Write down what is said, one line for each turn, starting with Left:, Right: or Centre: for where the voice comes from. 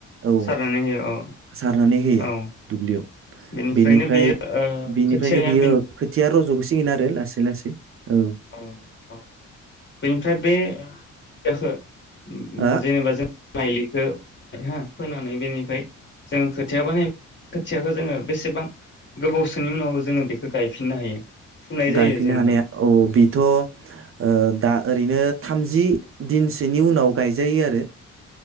Right: औ
Left: सारनानै होयो औ
Right: सारनानै होयो
Left: औ
Right: दुब्लियाव।
Left: बेनिफ्रायनो
Right: बिनिफ्राय-बिनिफ्रायनो
Left: बेयो ओ खोथियाया
Right: बियो खोथिया रज'सिगोन आरो लासै लासै। औ
Left: औ-औ बेनिफ्राय बे खोथियाखो उम
Right: औ आं
Left: जेनेबा जों मायलिखो हो फोनानै बेनिफ्राय जों खोथियाबा नै खोथियाखौ जोंङो बेसेबां गोबावसोनि उनावबो जोंङो बेखौ गायफिननो हायो? फुनाय जायो
Right: गायफिननो
Left: जेनेबा
Right: हानाया औ बेथ' ओ दा ओरैनो थामजि दिनसोनि उनाव गायजायो आरो